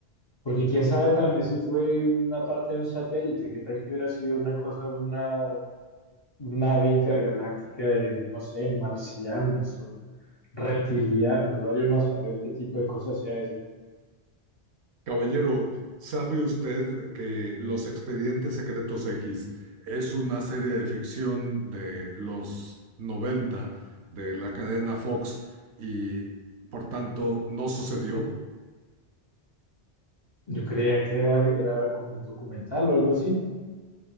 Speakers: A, on the left; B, on the right.
A: Porque quién sabe también si fue una parte de un satélite, qué tal que hubiera sido una cosa, una nave intergaláctica de, no sé, marcianos Reptilianos, vaya uno a saber qué tipo de cosa sea eso.
B: Caballero, ¿sabe usted que Los Expedientes Secretos X es una serie de ficción de los 90 de la cadena Fox y por tanto no sucedió?
A: Yo creía que era, era como un documental o algo así.